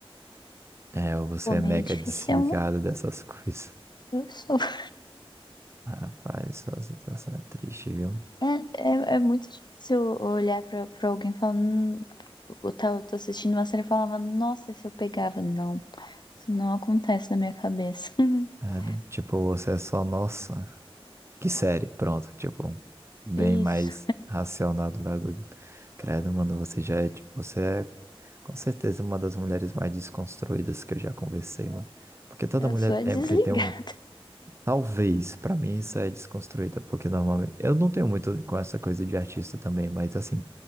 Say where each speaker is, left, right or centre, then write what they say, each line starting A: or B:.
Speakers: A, on the right (about 25°); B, on the left (about 45°).
A: É, ou você
B: pô,
A: é
B: meio
A: mega
B: difícil,
A: desligado
B: né?
A: dessas <laughs> coisas.
B: eu sou. <laughs>
A: Rapaz, essa situação é triste, viu?
B: É, é, é muito difícil olhar pra, pra alguém falando. "Hum", Eu tava, tô assistindo uma série e falava, nossa, se eu pegava. Não, isso não acontece na minha cabeça. <laughs>
A: É, né? tipo, você é só, nossa, que série, pronto, tipo, bem
B: Isso,
A: mais racional do bagulho. Credo, mano, você já é, tipo, você é com certeza uma das mulheres mais desconstruídas que eu já conversei, mano. Porque toda
B: eu
A: mulher
B: sou a desligar.
A: sempre tem um Talvez, pra mim isso é desconstruída, porque normalmente. Eu não tenho muito com essa coisa de artista também, mas assim,